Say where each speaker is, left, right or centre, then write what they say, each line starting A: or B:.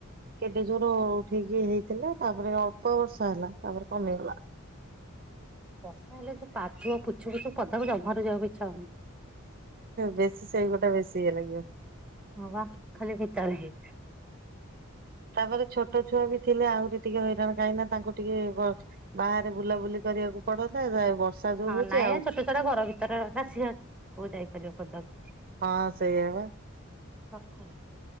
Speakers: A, on the right; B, in the centre.
A: କେତେ ଜୋର ଉଠେଇକି ହେଇଥିଲା ତାପରେ ଅଳ୍ପ ବର୍ଷା ହେଲା ତାପରେ କମିଗଲା।
B: ବର୍ଷା ହେଲେ ସୋଉୁ ପାଛୁ ପୁଛୁ ପଦା ଜମାରୁ ଯିବା ଇଛା ହନି।
A: ବେଶୀ ସେଇ ଗୋଟା ବେଶୀ ଇଏ ଲାଗିବ।
B: ହ ବା ଖାଲି ଭିତାରେ।
A: ତାପରେ ଛୋଟ ଛୁଆ ବି ଥିଲେ ଆହୁରି ଟିକେ ହଇରାଣ କାହିଁକି ନା ତାଙ୍କୁ ଟିକେ ଭଲ ବାହାରେ ବୁଲାବୁଲି କରିବାକୁ ପଡନ୍ତା ଯ ବର୍ଷା ଯୋଉ
B: ହଁ
A: ହଉଛି
B: ନାଇଁ
A: ଆଉ
B: ଏ ଛୋଟ ଛୋଆଟା ଘର ଭିତରେ ର ରାସିଆ କୋଉ ଯାଇପାରିବ ପଡାକୁ।
A: ହଁ ସେଇଆ ବା।
B: ପଥାଏ।